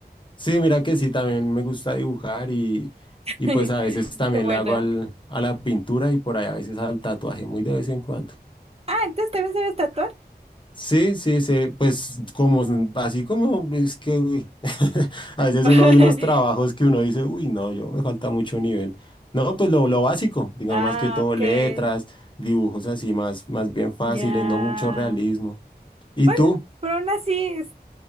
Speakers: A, on the left (about 30°); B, on the right (about 35°).
A: Sí, mira que sí, también me gusta dibujar y,
B: <laughs>
A: y pues a veces también
B: Qué bueno.
A: le hago al, a la pintura y por ahí a veces al tatuaje, muy de vez en cuando.
B: Ah, entonces también sabes tatuar.
A: Sí, sí, sí, pues como, s- así como es que, uy, <laughs> a veces
B: <laughs>
A: uno ve unos trabajos que uno dice, uy, no, yo me falta mucho nivel. No, pues lo, lo básico, digamos
B: Ah,
A: más que todo
B: ok.
A: letras, dibujos así más, más bien fáciles,
B: Ya.
A: no mucho realismo. ¿Y
B: Bueno,
A: tú?
B: pero aún así, es-